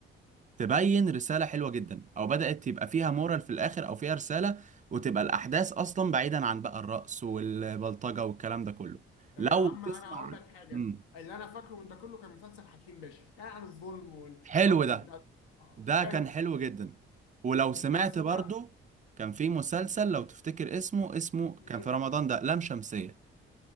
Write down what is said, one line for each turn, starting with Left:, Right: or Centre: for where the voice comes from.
Right: تبين رسالة حلوة جدا او بدأت يبقى فيها مورال في الاخر او فيها رسالة وتبقى الاحداث اصلا بعيدا عن بقى الرقص والبلطجة والكلام ده كله
Left: طب
Right: لو
Left: يا عم
Right: تسمع
Left: انا هقول لك حاجه
Right: مم.
Left: اللي انا فاكره من ده كله كان مسلسل حكيم باشا كان عن الظلم وال-
Right: حلو
Left: واكل
Right: ده
Left: البتاع ده. آه،
Right: ده
Left: حلو
Right: كان حلو جدا ولو سمعت
Left: بس
Right: برضو
Left: بقى
Right: كان في مسلسل لو تفتكر اسمه اسمه
Left: مين
Right: كان في رمضان ده لام شمسية